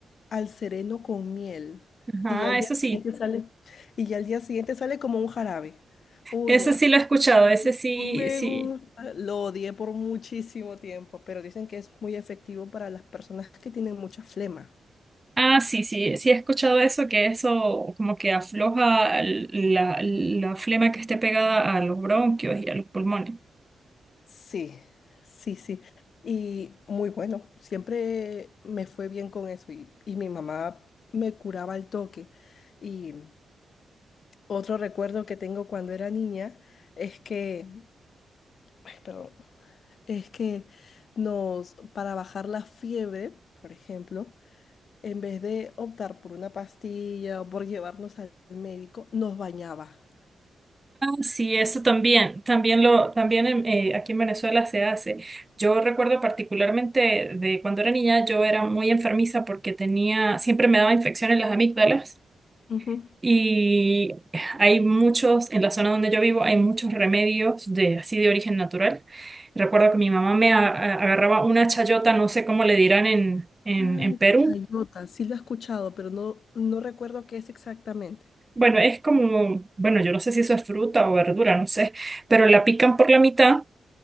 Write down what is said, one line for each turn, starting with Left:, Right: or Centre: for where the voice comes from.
Left: al sereno con miel.
Right: Ajá,
Left: Y ya al
Right: eso
Left: día siguiente
Right: sí.
Left: sale, y ya al día siguiente sale como un jarabe. Uy,
Right: Ese
Left: no.
Right: sí lo he escuchado, ese sí,
Left: No Me
Right: sí.
Left: gusta. Lo odié por muchísimo tiempo, pero dicen que es muy efectivo para las personas que tienen mucha flema.
Right: Ah, sí, sí, sí he escuchado eso, que eso como que afloja l- la, la flema que esté pegada a los bronquios y a los pulmones.
Left: Sí, sí, sí. Y muy bueno, siempre me fue bien con eso y, y mi mamá me curaba al toque. Y otro recuerdo que tengo cuando era niña es que, ay, perdón, es que nos, para bajar la fiebre, por ejemplo, en vez de optar por una pastilla o por llevarnos al médico, nos bañaba.
Right: Sí, eso también, también lo, también en- eh, aquí en Venezuela se hace. Yo recuerdo particularmente de cuando era niña, yo era muy enfermiza porque tenía, siempre me daba infección en las amígdalas
Left: Ujú.
Right: y hay muchos, en la zona donde yo vivo, hay muchos remedios de así de origen natural. Recuerdo que mi mamá me a- a- agarraba una chayota, no sé cómo le dirán en, en,
Left: Ah,
Right: en Perú.
Left: chayota, sí lo he escuchado, pero no, no recuerdo qué es exactamente.
Right: Bueno, es como, bueno, yo no sé si eso es fruta o verdura, no sé, pero la pican por la mitad